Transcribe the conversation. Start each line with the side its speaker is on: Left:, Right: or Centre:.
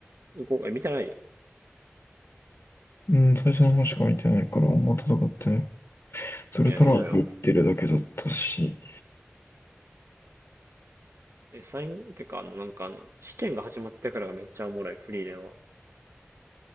Right: 豪華、え、見てない
Left: うん、最初の方しか見てないから、あんま戦ってない。それトランプ打ってるだけだったし。
Right: いや、見ろよ。え、最後、てか、あの、なんかあの、試験が始まってからがめっちゃおもろい、フリーレンは。